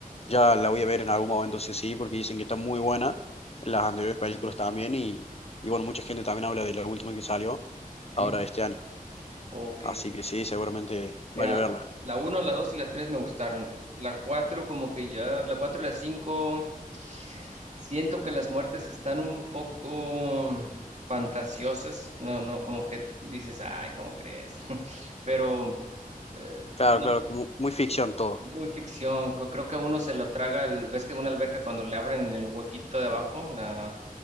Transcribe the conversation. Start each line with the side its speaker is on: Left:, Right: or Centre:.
Left: ya la voy a ver en algún momento sí sí, porque dicen que está muy buena, las anteriores películas también, y, y bueno, mucha gente también habla de la última que salió
Right: sí,
Left: ahora este año,
Right: ok.
Left: así que sí, seguramente vaya
Right: Mira,
Left: a verla.
Right: la uno la 2 y la 3 me gustaron. La 4 como que ya, la 4 y la 5 siento que las muertes están un poco fantasiosas. No, no, como que dices, ay, ¿cómo crees? <laughs> Pero eh,
Left: Claro,
Right: no,
Left: claro, como muy ficción todo.
Right: muy ficción. co- Creo que a uno se lo traga, el- ves que en una alberca cuando le abren el huequito de abajo, la,